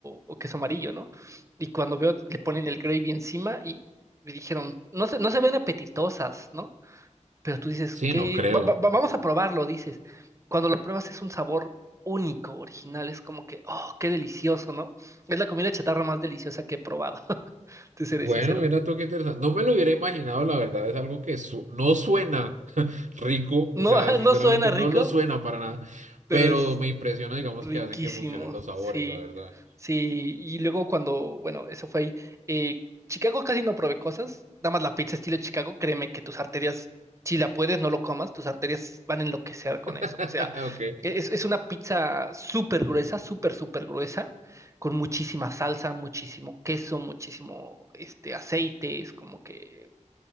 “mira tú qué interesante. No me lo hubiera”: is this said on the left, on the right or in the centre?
Right